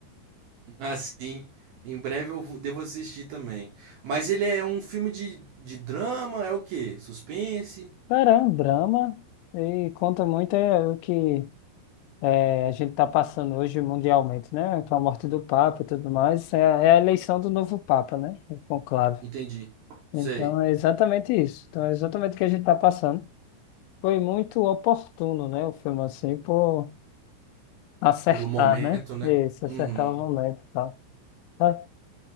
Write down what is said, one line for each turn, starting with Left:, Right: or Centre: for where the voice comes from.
Right: Assim, em breve eu vou- devo assistir também. Mas ele é um filme de, de drama, é o quê? Suspense?
Left: <laughs> Cara, é um drama e conta muito é, o que é, a gente está passando hoje mundialmente, né? Com a morte do Papa e tudo mais, é, é a eleição do novo Papa, né? O conclave.
Right: Entendi.
Left: Então,
Right: Sei.
Left: é exatamente isso. Então, é exatamente o que a gente está passando. Foi muito oportuno, né? O filme, assim, por acertar,
Right: Pelo momento,
Left: né?
Right: né?
Left: Isso,
Right: Uhum.
Left: acertar o momento e tal. Ah,